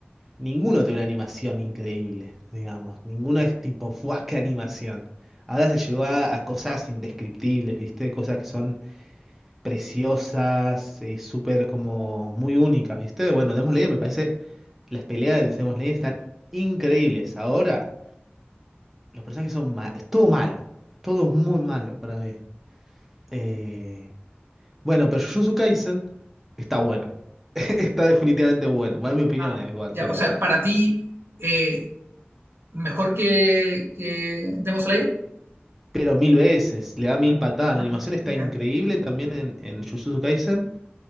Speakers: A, in the centre; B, on the right.
A: ninguno tiene una animación increíble, digamos. Ninguno es tipo, ¡fuah, qué animación! Ahora se llegó a, a cosas indescriptibles, ¿viste? Cosas que son preciosas, eh, súper como muy únicas, ¿viste? Bueno, Demon Slayer me parece, las peleas de Demon Slayer están increíbles. Ahora, los personajes son malos, todo malo, todo muy malo para mí. Eh, Bueno, pero Jujutsu Kaisen está bueno. <laughs> Está definitivamente bueno. Bueno, en mi opinión
B: Ah,
A: es igual,
B: ya,
A: pero,
B: o sea, para ti, eh, mejor que, que Demon Slayer.
A: pero mil veces. Le da mil
B: Ah,
A: patadas.
B: ah,
A: La animación
B: mira.
A: está increíble también en, en Jujutsu Kaisen.